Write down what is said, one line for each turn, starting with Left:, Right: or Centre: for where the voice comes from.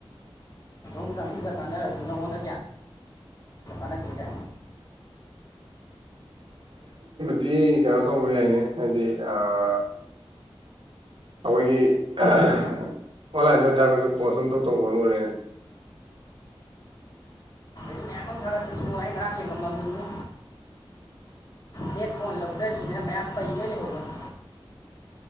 Left: ꯁꯣꯝ ꯆꯥꯟꯕꯤꯒ ꯇꯥꯟꯅꯔꯖꯨ ꯅꯪꯉꯣꯟꯗ ꯀꯌꯥ ꯂ ꯀꯥꯟꯅꯗꯣꯏꯖꯦ
Right: ꯕꯤ ꯀꯩꯅꯣ ꯇꯧꯕ ꯌꯥꯏꯅꯦ ꯍꯥꯏꯗꯤ ꯑꯥ ꯑꯈꯣꯏꯒꯤ ꯑꯣꯟꯂꯥꯏꯟꯗ ꯑꯣꯏꯇꯥꯔꯒꯁꯨ ꯄꯣꯁ ꯁꯨꯝ ꯇꯧ ꯇꯧꯕ ꯂꯣꯏꯔꯦꯅꯦ
Left: ꯃꯤ ꯃꯌꯥꯝ ꯑꯝ ꯊꯥꯒꯠꯄꯅꯤ ꯏꯕꯨꯡꯉꯣ ꯑꯩ ꯉꯔꯥꯡ ꯌꯦꯡꯉꯝꯃꯕꯅꯤ ꯏꯕꯨꯡꯉꯣ ꯍꯦꯠ ꯐꯣꯟ ꯂꯧꯖꯔꯤꯅ ꯃꯌꯥꯝ ꯄꯩꯒꯩ ꯂꯩꯍꯧꯕꯅꯤ